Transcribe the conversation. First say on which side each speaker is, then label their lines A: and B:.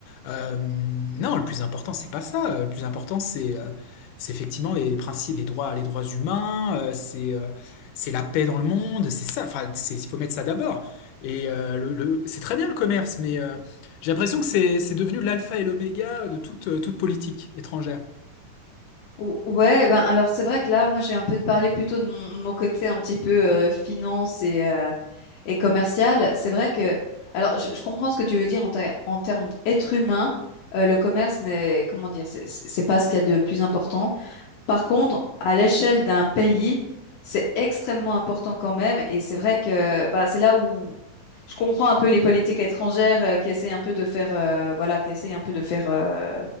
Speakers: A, on the left; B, on the left.
A: Euh, non, le plus important, c'est pas ça. Euh, Le plus important, c'est euh, c'est effectivement les principes, les droits, les droits humains, euh, c'est euh, c'est la paix dans le monde, c'est ça. Enfin, c'est, il faut mettre ça d'abord. Et euh, le, le- c'est très bien le commerce, mais euh, j'ai l'impression que c'est c'est devenu l'alpha et l'oméga de toute, euh, toute politique étrangère.
B: Ou- Ouais, ben alors c'est vrai que là, moi, j'ai un peu parlé plutôt de mon, mon côté un petit peu euh, finance et, euh, et commercial. C'est vrai que, alors, je, je comprends ce que tu veux dire en, ter- en termes être humain. Euh, le commerce n'est, comment dire, c'est c'est- c'est pas ce qu'il y a de plus important. Par contre, à l'échelle d'un pays, c'est extrêmement important quand même. Et c'est vrai que bah, c'est là où je comprends un peu les politiques étrangères euh, qui essayent un peu de faire, euh, voilà, qui essayent un peu de faire, euh,